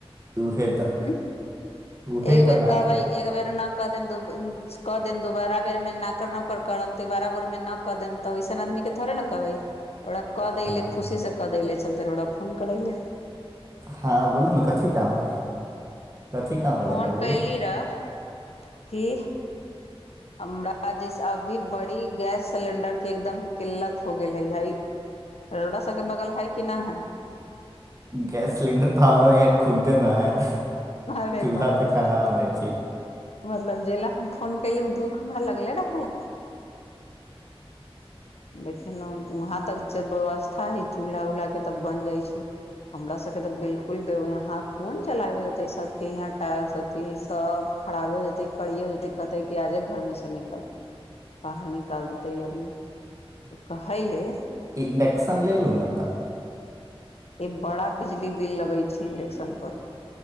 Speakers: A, on the right; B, on the left.
A: उहे तऽ
B: हइ। ह
A: उहे
B: एकबेर
A: तऽ बात
B: कहबै
A: हइ
B: एक बेर न। कऽ देम कऽ देब दुोबारा बेर में नाकर- नुकर। करम तीबारा बेरमे न कऽ देम, तऽ ओैसन आदमी के थोड़े ने कहबै। ओकरा कऽ देललै
A: हँ
B: खुशीसँ कऽ देलै, चलते ओकरा फोन करै लए।
A: हँ बोलू ने, कथी काम हय, कथी काम
B: फोन
A: रह लगै बोलू।
B: कैली रह की। हमरा जैस अभी बड़ी गैस सिलेंडर के एकदम किल्लत हो गेल है। ररोड़ा सबके बगल है कि नहि है।
A: गैस सिलिंडर तऽ हमरा इह खुदे नहि है।
B: अरे
A: चूल्हा
B: बाप रे
A: पे खाना बनै छै।
B: मतलब, जे लए हम फोन कयली ओ दुःख हमरा लगले रै। देखेेलहु वहाँ तक से व्यवस्था हइ चूल्हा-उल्हाके तब बनि जाइ छै। हमरा सबके तऽ बिलकुल बे यहाँ कोन चलाबे देते सबके यहाँ टायर्स सबके सब। खराबे हो जेतै, कड़ी हो जेत, कहतेै कि आजे घरमें से निकल। बाहर निकाल देते इ आदमी, कहैले।
A: इंडक्शन लेलु न तऽ।
B: एक बड़ा बिजली बिल लगै छै इंडक्शनपर।